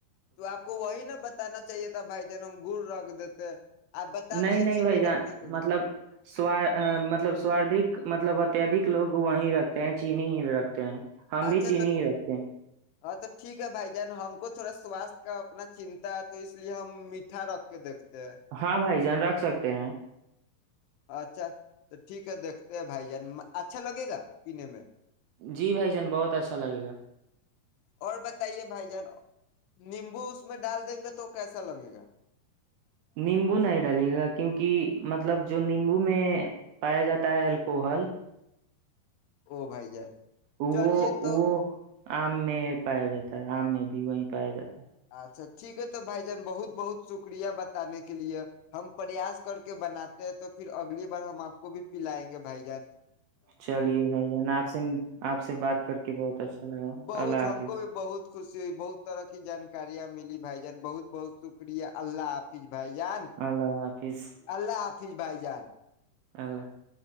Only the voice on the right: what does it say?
نہیں
نہیں
بھائی
جان
مطلب سار مطلب سواردک مطلب اتیہدک لوگ وہیں رکھتے تینچی نہیں رکھتا ہیں ہم بھی
چینی
ہی رکھتے ہیں
ہاں بھائی رکھ سکتے ہیں
جی بھائی جان بہت اچھا لگے گا
نیمبو نہیں ڈالے گا کیونکہ مطلب جو نیمبو میں پایا جاتا ہے الکوہل
وہ
وہ
آم میں پایا جاتا ہے آم میں بھی وہیں پایا جاتا ہے
چلیے بھائی جان آپ سے آپ سے بات کر کے بہت اچھا لگا
اللہ
حافظ
اللہ حافظ
اللہ